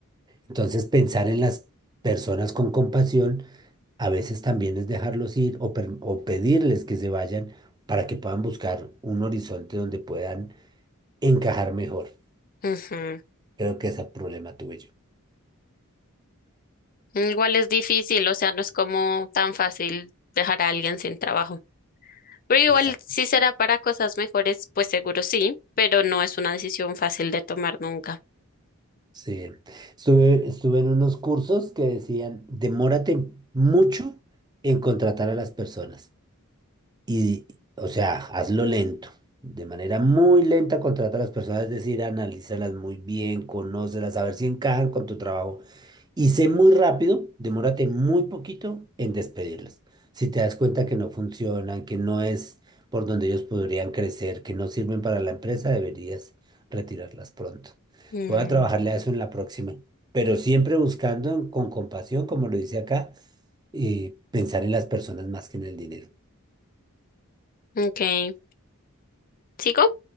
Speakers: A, on the right; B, on the left.
A: Entonces, pensar en las personas con compasión a veces también es dejarlos ir o, per- o pedirles que se vayan para que puedan buscar un horizonte donde puedan encajar mejor.
B: Ujú.
A: Creo que ese problema tuve yo.
B: Igual es difícil, o sea, no es como tan fácil dejar a alguien sin trabajo. Pero igual
A: Exacto.
B: si será para cosas mejores, pues seguro sí, pero no es una decisión fácil de tomar nunca.
A: Sí. Estuve, estuve en unos cursos que decían, demórate mucho en contratar a las personas. Y, o sea, hazlo lento. De manera muy lenta contrata a las personas, es decir, analízalas muy bien, conócelas, a ver si encajan con tu trabajo Y sé muy rápido, demórate muy poquito en despedirlas. Si te das cuenta que no funcionan, que no es por donde ellos podrían crecer, que no sirven para la empresa, deberías retirarlas pronto.
B: Mm,
A: Voy a trabajarle a eso en la próxima, pero siempre buscando en- con compasión, como lo dice acá, y pensar en las personas más que en el dinero.
B: ok. ¿Sigo?